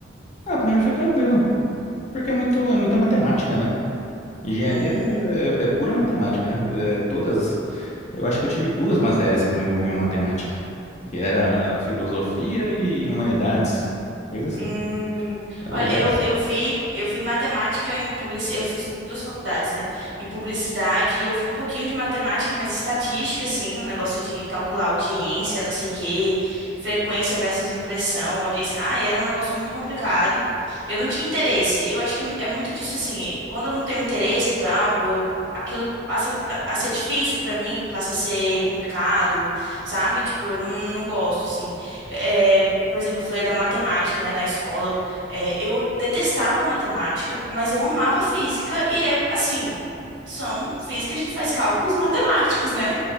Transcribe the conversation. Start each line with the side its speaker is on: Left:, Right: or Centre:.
Left: ah, pra mim foi tranquilo, porque é muito, é muita matemática, né? Engenharia
Right: Hum.
Left: é, é pura matemática, né? É, todas, eu acho que eu tive duas matérias que não envolviam matemática, que era filosofia e humanidades, coisa assim.
Right: Hum,
Left: É,
Right: olha,
Left: O resto,
Right: eu, eu vi, eu vi matemática em publicidade, eu fiz duas faculdades, né? Em publicidade, eu vi um pouquinho de matemática, mas estatística, assim, um negócio de calcular audiência, não sei o quê, frequência versus impressão, audiência. Ah, era um negócio muito complicado. Eu não tinha interesse. Eu acho que é muito disso, assim, quando eu não tenho interesse por algo, eu- aquilo passa a ser difícil pra mim, passa a ser complicado, sabe? Tipo, eu não, não gosto, assim. É, por exemplo, eu falei da matemática, né, na escola. É, eu detestava matemática, mas eu amava física e é assim, são física, a gente faz cálculos <laughs> matemáticos, né?